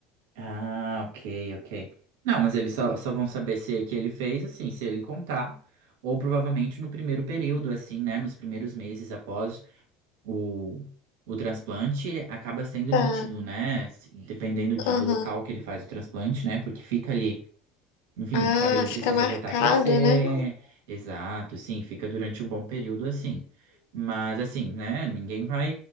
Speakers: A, on the right; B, on the left.
A: Ah, ok, ok. Não, mas eles só, só vão saber se é que ele fez, assim, se ele contar, ou provavelmente no primeiro período, assim, né? Nos primeiros meses após. O, o transplante acaba sendo
B: Tá,
A: nítido, né? Se- Dependendo de-
B: aham.
A: do local que ele faz o transplante, né? Porque fica ali, enfim,
B: Ah,
A: o cabelo
B: fica
A: precisa
B: marcado,
A: voltar a crescer.
B: né?
A: Exato, sim, fica durante um bom período assim. Mas assim, né? Ninguém vai.